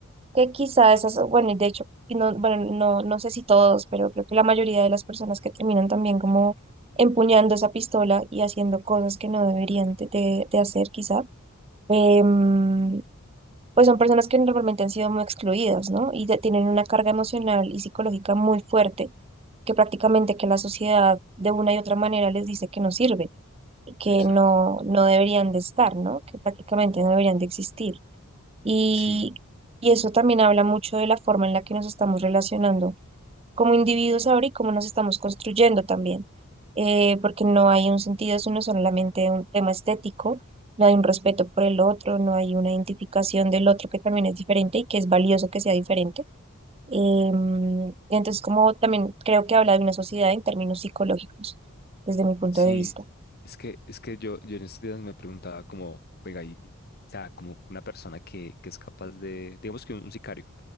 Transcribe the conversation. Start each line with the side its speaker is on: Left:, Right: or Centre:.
Right: que quizá esas, bueno, y de hecho, y no, bueno, no, no sé si todos, pero creo que la mayoría de las personas que terminan también como empuñando esa pistola y haciendo cosas que no deberían de, de- de hacer quizá, em, pues son personas que normalmente han sido muy excluidas, ¿no? Y de- tienen una carga emocional y psicológica muy fuerte, que prácticamente que la sociedad de una y otra manera les dice que no sirve y que
Left: exacto.
Right: no, no deberían de estar, ¿no? Que prácticamente no deberían de existir. Y,
Left: Sí,
Right: y eso también habla mucho de la forma en la que nos estamos relacionando como individuos ahora y cómo nos estamos construyendo también. Eh, porque no hay un sentido, es uno solamente un tema estético, no hay un respeto por el otro, no hay una identificación del otro que también es diferente y que es valioso que sea diferente. Em, y entonces, como también creo que habla de una sociedad en términos psicológicos, desde mi punto
Left: sí,
Right: de vista.
Left: es que, es que yo, yo en estos días me preguntaba como, venga, y, o sea, como una persona que, que es capaz de, digamos que un, un sicario,